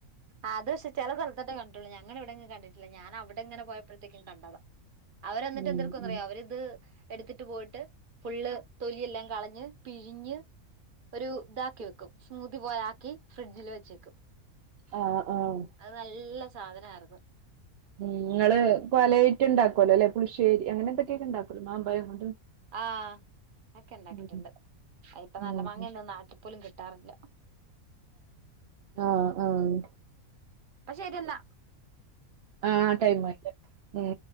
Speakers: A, on the right; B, on the right.
A: ആഹ് അത് പക്ഷെ ചെല സ്ഥൽത്തൊക്കെ കണ്ട്ട്ടുള്ളൂ ഞങ്ങളെവിടെ എങ്ങും കണ്ടിട്ടില്ല ഞാനവിടെങ്ങനെ പോയപ്പഴത്തേക്കും കണ്ടതാ അവരെന്നിട്ട്
B: ഉം
A: ന്തെടുക്കുന്നറിയോ
B: ഉം.
A: അവരിത് എടുത്തിട്ട് പോയിട്ട് ഫുള്ള് തൊലിയെല്ലാം കളഞ്ഞ് പിഴിഞ്ഞ് ഒരു താക്കി വെക്കും സ്മൂതി പോലാക്കി ഫ്രിഡ്ജിൽ വെച്ചേക്കും
B: ആഹ് ആഹ്
A: അത് നല്ല സാധനാര്ന്നു
B: ഉം ങ്ങള് പലേറ്റും ണ്ടാക്കല്ലോ ല്ലെ പുള്ശ്ശേരി അങ്ങനെ എന്തൊക്കെക്കെ ണ്ടാക്കല്ലോ മാമ്പയം കൊണ്ട്
A: ആഹ് അക്കെ ണ്ടാക്കിട്ട്ണ്ട്
B: ഉം
A: അയിപ്പ നല്ല
B: ഉം
A: മാങ്ങയൊന്നും നാട്ടി പോലും കിട്ടാറില്ല
B: ആഹ് ആഹ്
A: പ്പ ശരി ന്നാ
B: ആഹ് ടൈമായിട്ട് ഉം